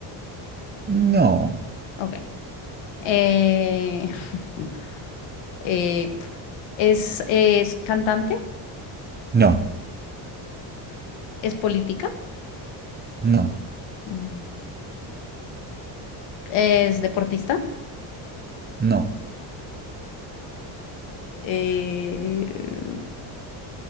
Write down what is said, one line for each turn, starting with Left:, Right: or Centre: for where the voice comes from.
Right: No.
Left: Ok. Eh, <laughs> eh, pf, es, es cantante,
Right: No.
Left: es política,
Right: No.
Left: Mm. es deportista.
Right: No.
Left: eh, uh,